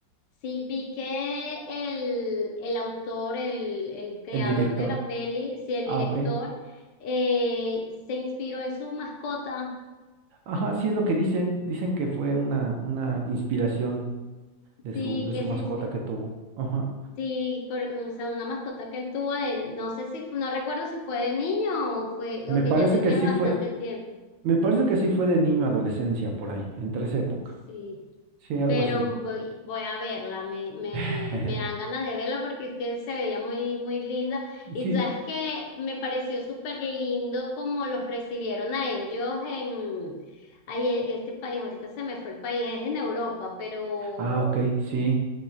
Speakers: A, on the left; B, on the right.
A: sí, vi que el, el autor, el, el creador
B: El director.
A: de la peli, sí, el
B: Ah,
A: director,
B: ok.
A: eh, se inspiró en su mascota.
B: Ajá, sí es lo que dicen. Dicen que fue una, una inspiración de
A: Sí,
B: su, de
A: que
B: su mascota
A: se inspi-
B: que tuvo. Ajá.
A: Sí, por- o sea, una mascota que él tuvo de, no sé si, no recuerdo si fue de niño o fue,
B: Me
A: o que
B: parece
A: ya tenía
B: que sí
A: bastante
B: fue,
A: tiempo.
B: me parece que sí fue de niño a adolescencia por ahí, entre esa época.
A: Sí,
B: Sí, algo
A: pero
B: así.
A: voy, voy a verla, me, me,
B: <laughs>
A: me dan ganas de verla porque es que se veía muy, muy linda. Y
B: Sí.
A: sabes que me pareció súper lindo como los recibieron a ellos en, ay, e- este país, ahorita se me fue el país, es en Europa, pero
B: Ah, ok, sí.